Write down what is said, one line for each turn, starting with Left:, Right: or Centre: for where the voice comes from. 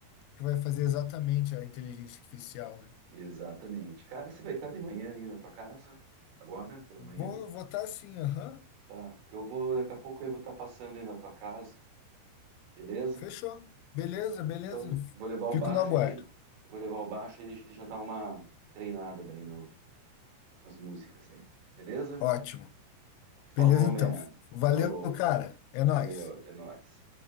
Left: o que vai fazer exatamente a inteligência artificial, né?
Right: Exatamente. Cara, você vai estar de manhã aí na tua casa? Agora, pela
Left: Vou
Right: manhã?
Left: votar sim, aham.
Right: Tá. Então eu vou, daqui a pouco eu vou estar passando aí na tua casa, beleza?
Left: Fechou. Beleza, beleza.
Right: Então, vou levar o
Left: Fico
Right: baixo
Left: no aguardo.
Right: e a gente, vou levar o baixo e a gente já dá uma treinada daí no as músicas aí. Beleza?
Left: Ótimo.
Right: Falou,
Left: Beleza,
Right: man.
Left: então. Valeu,
Right: Falou.
Left: cara. É
Right: Valeu,
Left: nóis.
Right: é nóis.